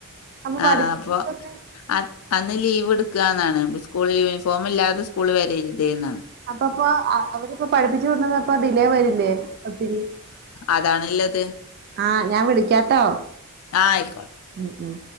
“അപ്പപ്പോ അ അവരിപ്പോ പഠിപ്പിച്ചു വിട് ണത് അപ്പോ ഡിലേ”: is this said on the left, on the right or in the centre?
Right